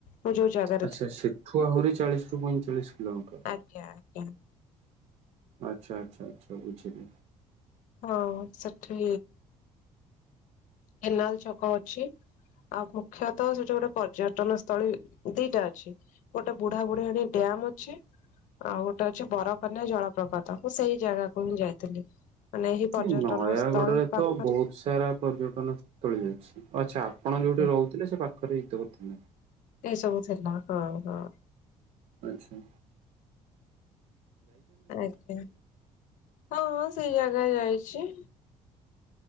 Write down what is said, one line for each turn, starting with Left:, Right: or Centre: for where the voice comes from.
Left: ମୁଁ ଯଉ ଜାଗା
Right: ଆଚ୍ଛା ସେଠୁ ଆହୁରି ଚାଳିଶ ରରୁ ପଇଁଚାଳିଶ କିଲୋମିଟର।
Left: ଆଜ୍ଞା ଆଜ୍ଞା।
Right: ଆଚ୍ଛା ଆଚ୍ଛା ଆଛା ବୁଝିଲି।
Left: ହଁ ସେଠି କେନାଲ ଛକ ଅଛି। ଆଉ ମୁଖ୍ୟତଃ ସେଠି ଗୋଟେ ପର୍ଯ୍ୟଟନ ସ୍ଥଳୀ ଦିଟା ଅଛି। ଗୋଟେ ବୁଢା ବୁଢିଆଣି ଡ୍ୟାମ୍ ଅଛି। ଆଉ ଗୋଟେ ଅଛି ବରକନ୍ୟା ଜଳପ୍ରପାତ ମୁଁ ସେଇ ଜାଗାକୁ ହିଁ ଯାଇଥିଲି। ମାନେ ଏହି ପର୍ଯ୍ୟଟନ
Right: ଏ ନୟାଗଡରେ
Left: ସ୍ଥଳୀ ପାଖରେ
Right: ତ ବହୁତ ସାରା ପର୍ଯ୍ୟଟନ ସ୍ଥଳୀ ଅଛି ଆଚ୍ଛା ଆପଣ
Left: ଆଜ୍ଞା
Right: ଯୋଉଠି ରହୁଥିଲେ ସେ ପାଖରେ ହେଇଥିବ ତାହେଲେ।
Left: ଏ ସବୁ ଥିଲା ହଁ ହଁ
Right: ଆଛା
Left: ଆଜ୍ଞା ହଁ ହଁ ସେଇ ଜାଗା ଯାଇଛି